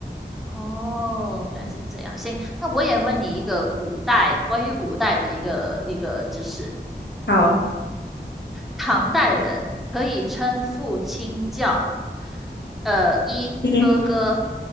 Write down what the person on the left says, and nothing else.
好，
你是